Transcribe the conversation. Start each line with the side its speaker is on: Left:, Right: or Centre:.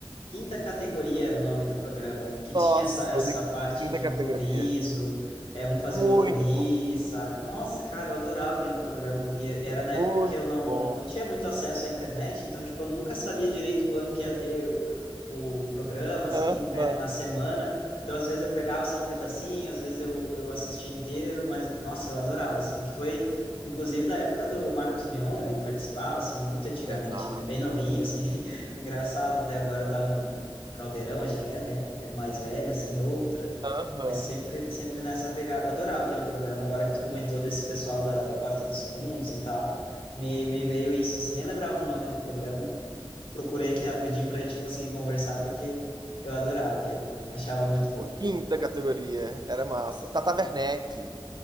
Left: Quinta Categoria era o nome do programa, que
Right: Nossa,
Left: tinha essa, essa
Right: o de
Left: parte
Right: quinta
Left: de
Right: categoria.
Left: improviso, é um fazer
Right: Muito
Left: o outro rir,
Right: bom,
Left: sabe? Nossa, cara, eu adorava aquele programa. E era da
Right: muito
Left: época que eu não,
Right: bom.
Left: não tinha muito acesso à internet, então, tipo, eu nunca sabia direito quando que ia ter o, o programa, assim,
Right: Aham.
Left: né, na semana. Então, às vezes eu pegava só um pedacinho, às vezes eu, eu assistia inteiro, mas, nossa, eu adorava, assim, que foi, inclusive, da época do Marcos Mion, ele participava, assim, muito antigamente,
Right: Exato.
Left: né? Bem novinho, assim, <laughs> engraçado, até agora tá no, no Caldeirão, acho que é, né? Ele mais velho, assim, outra,
Right: Aham.
Left: mas sempre, sempre nessa pegada. Adorava aquele programa, agora que tu comentou desse pessoal da Porta dos Fundos e tal, me, me veio isso, assim, nem lembrava o nome do programa, procurei aqui rapidinho pra gente conseguir conversar, porque eu adorava aquele, achava muito bom.
Right: O quinta categoria era massa.
Left: Nossa.
Right: Tata Werneck.